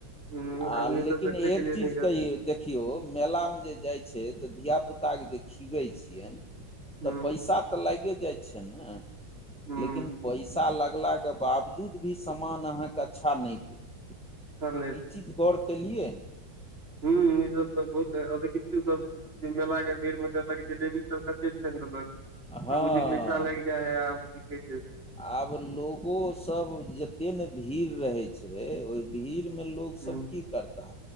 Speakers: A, on the right (about 30°); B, in the centre.
A: हूँ
B: आ
A: आदमी
B: लेकिन
A: सब देखे
B: एक
A: के लिए
B: चीज
A: नहि गेल
B: कहियौ देखियौ मेलामे जे जाइ छै धियापुताके जे खिबै छियनि तऽ
A: हूँ
B: पैसा तऽ लागे जाइ छै ने
A: हूँ
B: लेकिन पैसा लगलाक के बावजूद भी समान अहाँके अच्छा नहि देत
A: सब
B: ई चीज गौर केलियै
A: ह ई सब तऽ बहुत अ किछु सब मेला के भीड़ मे कहलक जिलेबी <unintelligible> छै मतल
B: हँ
A: आब मुे पैसा लागि जाय है आ
B: आब लोगो सब जते ने भीड़ रहै छै ओहि भीड़ मे लोग लोक
A: हूँ
B: सब की करता